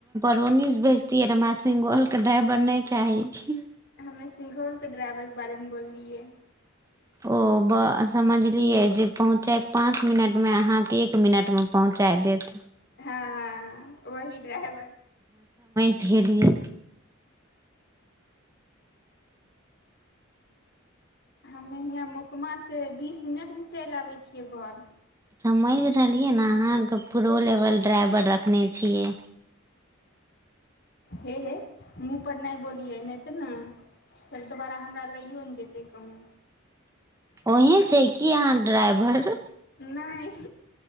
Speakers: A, on the right; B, on the left.
A: रोनी से भेजतीियऐ र सिोल के ड्राइवर नहि चाहीी
B: हमे सिंघौलके ड्राइवरके बारेमे बोललियै
A: ओ ब समझलियै जे पहुँचायके पाँच मिनटमे अहाँकेँ एक मिनटमे पहुँचा देत
B: हँ हँ वही ड्राइवर
A: झेलियै
B: हमे हियाँ मकमासँ बीस मिनटमे चलि आबै छियै घर
A: समझ रहलियै ने अहाँके प्रो लेवल ड्राइवर रखने छियै
B: हे हे ममहँपर नहि बोलियै नहि तऽ ने फेर दोबारा हमरा लैओ ने जेतै कहूँ
A: ओही छै किी अहाँ ड्राइभर
B: नहि